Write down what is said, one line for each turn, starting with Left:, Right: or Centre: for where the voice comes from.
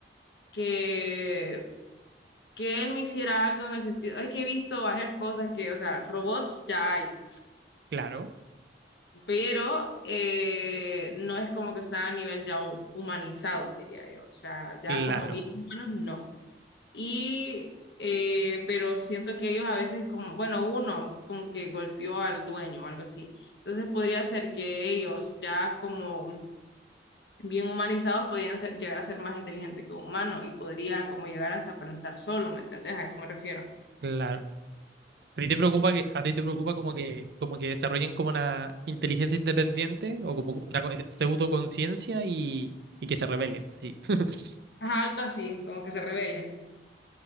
Left: que, que él me hiciera algo en el sentido, es que he visto varias cosas que, o sea, robots ya hay,
Right: Claro,
Left: pero eh, no es como que está a nivel ya hu- humanizado, diría yo, o sea, ya
Right: claro,
Left: como bien humanos, no. Y, eh, pero siento que ellos a veces como, bueno, uno como que golpeó al dueño o algo así, entonces podría ser que ellos ya como... bien humanizados podrían ser, llegar a ser más inteligentes que un humano y podría como llegar hasta pensar solo, ¿me entendés? A eso me refiero.
Right: claro. ¿A ti te preocupa que, a ti te preocupa como que, como que desarrollen como una inteligencia independiente o como una co- pseudoconciencia y, y que se rebelen? Así. <laughs>
Left: Ajá, algo así, como que se revele.